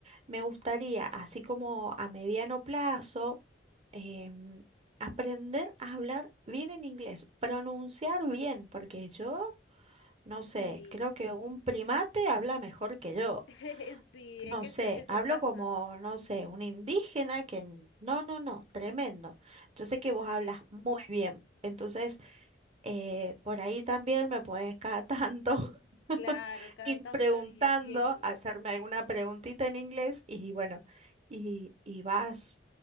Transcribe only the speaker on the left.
Sí,
<laughs> sí,
es que
eso,
eso pasa.
Sí,
claro, cada
tanto
ir viendo.